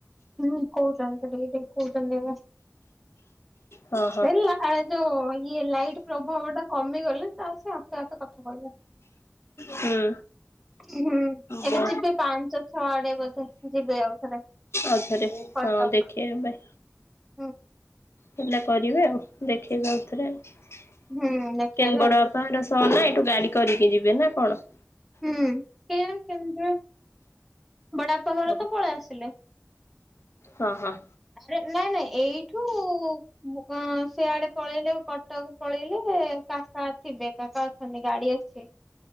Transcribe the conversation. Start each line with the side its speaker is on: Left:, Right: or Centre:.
Centre: ହୁଁ କହୁଛନ୍ତି ଟିକ ଟିକେ କହୁଛନ୍ତି ଏବେ।
Left: ହଁ
Centre: ସେ
Left: ହଁ
Centre: ଲା-ଏ ଯୋ ଇଏ ଲାଇଟ୍ ପ୍ରଭାବ ଟା କମିଗଲେ ତାର ସେ ଆପେ ଆପେ କଥା କହିବ।
Left: ହୁଁ
Centre: ହୁଁ
Left: ବ
Centre: ଏବେ ଯିବେ ପାଞ୍ଚ ଛଅଆଡେ ବୋଧେ ଯିବେ ଆଉଥରେ।
Left: ଆଉଥରେ
Centre: କଟକ।
Left: ହଁ ଦେଖିଆ ଏବେ
Centre: ହୁଁ
Left: ପିଲା କରିବେ ଆଉ ଦେଖେଇବେ ଆଉଥରେ ଆଉ। <inaudible>
Centre: ହୁଁ
Left: <unintelligible>
Centre: ଦେଖେଇବେ ଆଉ
Left: ଶହ ନା ଏଠୁ ଗାଡି କରିକି ଯିବେ ନା କଣ?
Centre: ହୁଁ କେଜାଣି <unintelligible> ବଡାପାଘର
Left: ହଁ
Centre: ତ ପଳେଇ ଆସିଲେ।
Left: ହଁ ହଁ।
Centre: ଆରେ ନାଇଁ ନାଇଁ ଏଇଠୁ ମୁଁ କଁ ସେଆଡେ ପଳେଇଲେ କଟକ ପଳେଇଲେ କାକା ଥିବେ କାକା ଅଛନ୍ତି ଗାଡି ଅଛି।